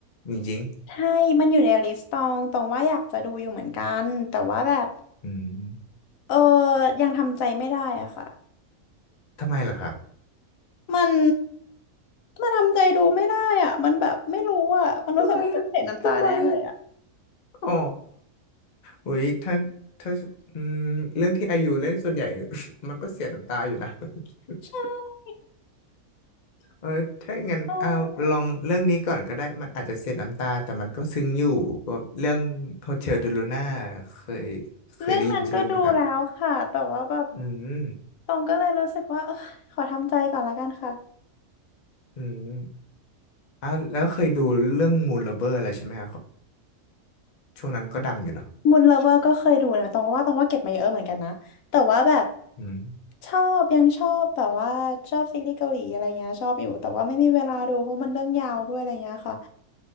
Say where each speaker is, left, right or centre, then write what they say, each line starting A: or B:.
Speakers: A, on the left; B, on the left.
A: จริง
B: ใช่มันอยู่ในลิสต์ตองตองว่าอยากจะดูอยู่เหมือนกันแต่ว่าแบบ
A: ๆอืม
B: เออยังทำใจไม่ได้อะค่ะ
A: ทำไมล่ะครับ
B: มันมันทำใจดูไม่ได้อะมันแบบไม่รู้อะมันรู้สึกว่าต้องเห็นน้ำตาแน่เลยอะ
A: ทำไมอะทำไมอะอ๋อ อุ้ยถ้าถ้าอืมเรื่องที่อายุเล่นส่วนใหญ่ <laughs> มันก็เสียน้ำตาอยู่นะ <laughs>
B: ใช่
A: เออถ้างั้นเอาลองเรื่องนี้ก่อนก็ได้มันอาจจะเสียน้ำตาแต่มันก็ซึ้งอยู่ก็เรื่องโฮเทลเดลูน่าเคย
B: เออ
A: เคยได้ยินชื่อไหมครับ
B: เรื่องนั้นก็ดูแล้วค่ะ แต่ว่าแบบ
A: อืม
B: ตองก็เลยรู้สึกว่าเออขอทำใจก่อนละกันค่ะ
A: อืมเอ้าแล้วเคยดูเรื่องมูน l ลเบอร์อะไรใช่ไหมครับช่วงนั้นก็ดังอยู่เนาะ
B: มูนเลเวอร์ก็เคยดูนะตองว่าตองว่าเก็บมาเยอะเหมือนกันนะแต่ว่าแบบ
A: อืม
B: ชอบยังชอบแบบว่าชอบซีรีส์เกาหลีอะไรเงี้ยชอบอยู่แต่ว่าไม่มีเวลาดูเพราะมันเรื่องยาวด้วยอะไรเงี้ยค่ะ